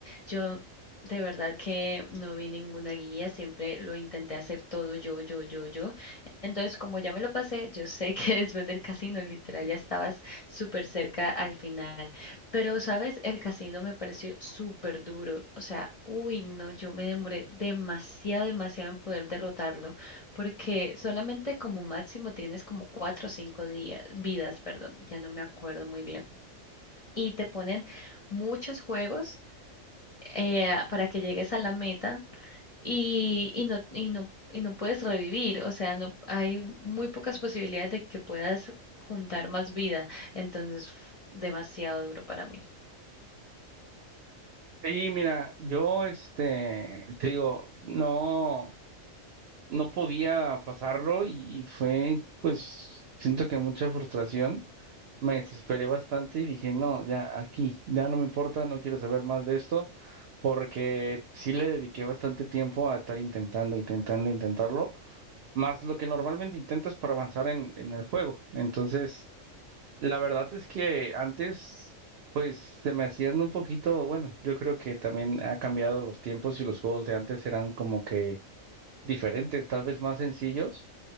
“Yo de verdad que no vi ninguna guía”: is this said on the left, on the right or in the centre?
Left